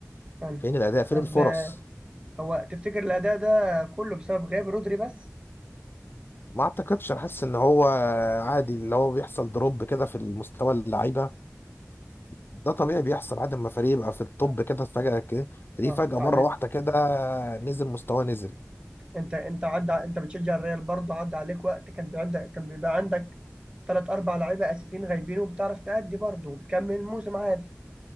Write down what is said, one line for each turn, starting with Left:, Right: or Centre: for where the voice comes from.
Right: فعلا
Left: فين الاداء فين
Right: طب
Left: الفرص
Right: هو تفتكر الأداء ده كله بسبب غياب رودري بس؟
Left: ما اعتقدش انا حاسس ان هو عادي اللي هو بيحصل دروب كده في المستوى اللعيبة ده طبيعي بيحصل عادي لما فريق يبقى في الطب
Right: لا
Left: كده فجأة كده
Right: صح
Left: تلاقيه فجأة
Right: يعني
Left: مرة واحدة كده نزل مستواه نزل
Right: أنت أنت عدى أنت بتشجع الريال برضه عدى عليك وقت كان بيبقى عندك كان بيبقى عندك تلات أربع لعيبة أساسيين غايبين وبتعرف تأدي برضه وبتكمل الموسم عادي